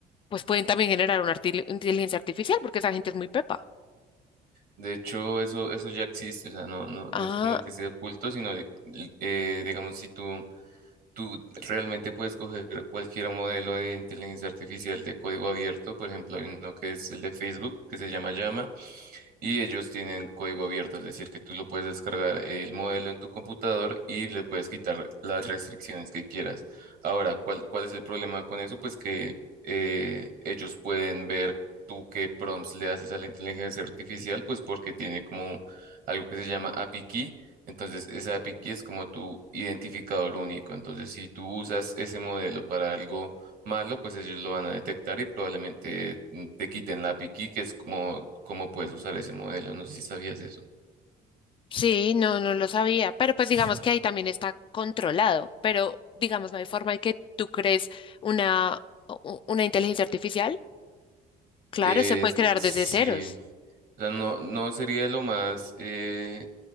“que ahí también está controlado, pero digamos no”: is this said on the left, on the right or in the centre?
Left